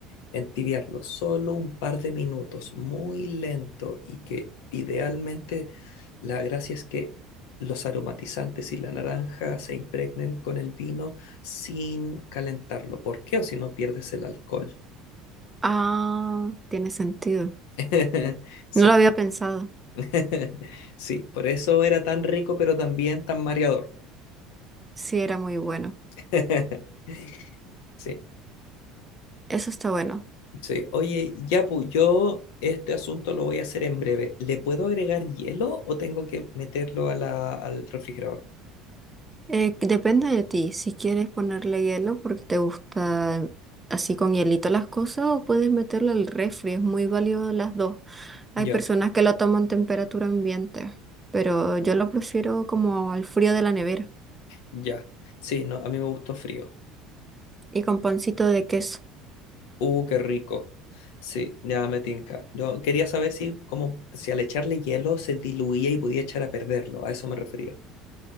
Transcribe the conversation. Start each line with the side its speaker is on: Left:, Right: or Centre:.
Left: Entibiarlo solo un par de minutos, muy lento y que idealmente la gracia es que los aromatizantes y la naranja se impregnen con el vino sin calentarlo. ¿Por qué? O si no pierdes el alcohol.
Right: Ah, tiene sentido.
Left: <laughs> Sí,
Right: No lo había pensado.
Left: <laughs> sí, por eso era tan rico, pero también tan mareador.
Right: Sí, era muy bueno.
Left: <laughs> Sí,
Right: Eso está bueno.
Left: sí. Oye, Yapu, yo este asunto lo voy a hacer en breve. ¿Le puedo agregar hielo o tengo que meterlo a la- al refrigerador?
Right: Eh, depende de ti si quieres ponerle hielo porque te gusta así con hielito las cosas o puedes meterlo al refri. Es muy válido las dos. Hay
Left: Ya,
Right: personas que lo toman temperatura ambiente, pero yo lo prefiero como al frío de la nevera
Left: ya. Sí, no, a mí me gustó frío.
Right: y con pancito de queso.
Left: Uh, qué rico. Sí, ya me tinca. Yo quería saber si, como, si al echarle hielo se diluía y podía echar a perderlo. A eso me refería.